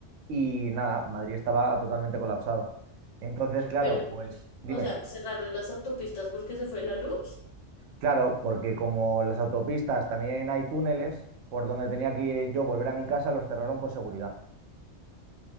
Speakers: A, on the right; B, on the left.
A: y nada, Madrid estaba totalmente colapsado. Entonces, claro,
B: Pero,
A: pues dime.
B: o sea, cerraron las autopistas porque se fue la luz.
A: Claro, porque como las autopistas también hay túneles, por donde tenía que yo volver a mi casa los cerraron por seguridad.